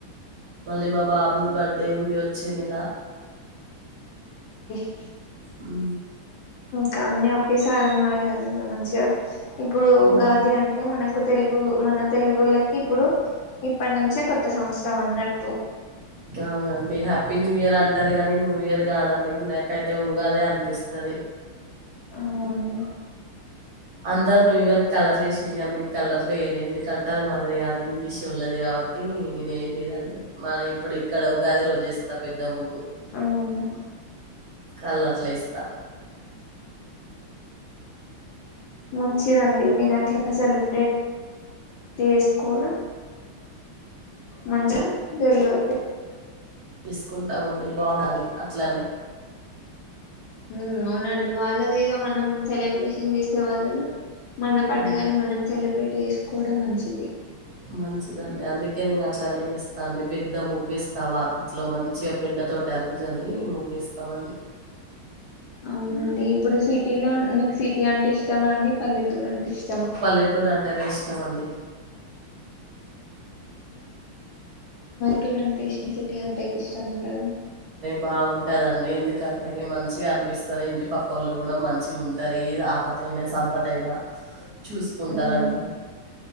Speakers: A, on the right; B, on the left.
A: మళ్ళీ మా బాబుది బర్త్డే ఉంది వచ్చే నెల
B: <inaudible>
A: ఉ
B: కాన్ని ఒకేసారి ఉన్నాయి అదే ఇక మంచిగా ఇప్పుడు
A: హ్మ్.
B: గాది అంటే మనక్ ఒక తెలుగు మన తెలుగొల్లకి ఇప్పుడు ఇప్పటి నుంచే కొత్త సంవత్సరం ఉన్నట్ త
A: అవునండి హ్యాపీ న్యూ ఇయర్ అం ర్ గానీ న్యూ ఇయర్ కాదండి మనకైతే ఊగాదే అనిపిస్తది
B: అవు అండి
A: అందరు ను ఇ చాల చేసిండే కానీ నేను కలర్ లో ఏయలే ఎందుకంటే అది మనది కాదు ఇంగ్లీష్ ఉల్లది కాబట్టి నేనే ఏయ లేదండి మాది ఇప్పుడు ఇక్కడ ఉగాది రోజు ఏస్తా పెద్ద ముగ్గు
B: అవును
A: కలర్లు ఏస్తా
B: మంచిదన్ మీర ఇట్లా సెలబ్రేట్ చేసుకోవడం మంత్ర ధరలు ఐతే
A: తీసుకుంటామండి బాఉండాని అట్లానే
B: హు ఉ అవునండి వాళ్ళది ఏదో మనం సెలబ్రేషన్ చేసే వాళ్ళల్ మన
A: హ్మ్.
B: పండుగని మనం సెలబ్రేట్ ఏసుకోవడం మంచిది
A: మంచిదండి అందుకే నేను అట్లనే ఇస్తా అండి పెద్ద ముగ్గిేస్తావు వాకిట్లో మంచిగా పెండ తోటి అలుకుజల్లి ముగ్గేస్తామనీ
B: అవునండి ఇప్పుడు సిటీలో మీకు సిటీ అంటే ఇష్టం ఇష్టం అం పల్లెటూరు అంట ఇష్ట
A: పల్లెటూరు అంటేనే ఇష్టం అండి
B: టూర్ అంటే ఇం టీ అంటే ఇష్టం ఉండదు
A: బాగుంటుందండి ఎందుకంటే మంచిగా అనిపిస్తుంది ఇంటి పక్క వాళ్ళు కూడా మంచిగా ఉంటారు ఆపదయినా సంపద అయినా చూసుకుంటారంండి
B: ఉమ్